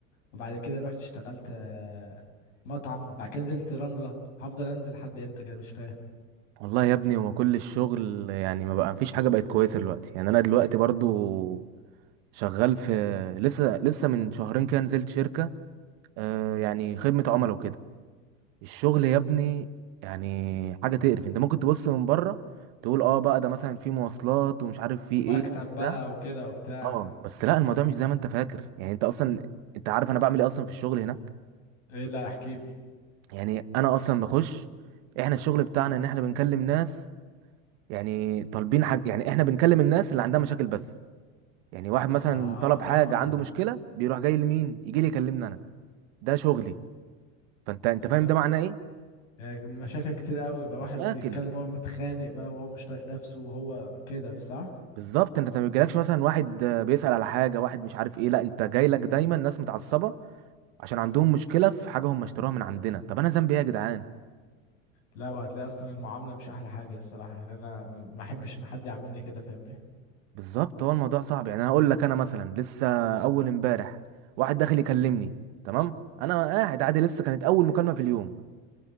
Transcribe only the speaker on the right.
والله يا ابني هو كل الشغل يعني ما بقى مفيش حاجة بقت كويسة دلوقتي يعني انا دلوقتي برضو شغال في لسه لسه من شهرين كده نزلت شركة آه يعني خدمة عملاء وكده الشغل يا ابني يعني حاجة تقرف انت ممكن تبص من بره تقول اه بقى ده مثلا في مواصلات ومش عارف في
ايه
بتاع
اه بس لا الموضوع مش زي ما انت فاكر يعني انت اصلا انت عارف انا بعمل ايه اصلا في الشغل هناك
يعني انا اصلا بخش احنا الشغل بتاعنا ان احنا بنكلم ناس يعني طالبين حاجة يعني احنا بنكلم الناس اللي عندها مشاكل بس يعني واحد مثلا
طلب حاجة عنده مشكلة بيروح جاي لمين يجي لي يكلمني انا ده شغلي فانت انت فاهم
ده معناه ايه
مشاكل
بالظبط انت ما بيجيلكش مثلا واحد آه، بيسأل على حاجة واحد مش عارف ايه لا انت جاي لك دايما ناس متعصبة عشان عندهم مشكلة في حاجة هم اشتروها من عندنا طب انا ذنبي ايه يا جدعان
بالظبط هو الموضوع صعب يعني انا هقول لك انا مثلا لسه اول امبارح واحد داخل يكلمني تمام انا قاعد عادي لسه كانت اول مكالمة في اليوم